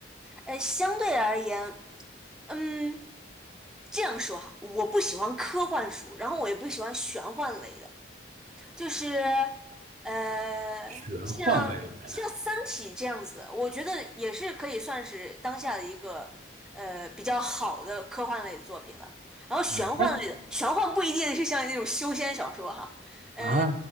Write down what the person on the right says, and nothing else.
玄幻类的。
嗯，它
啊，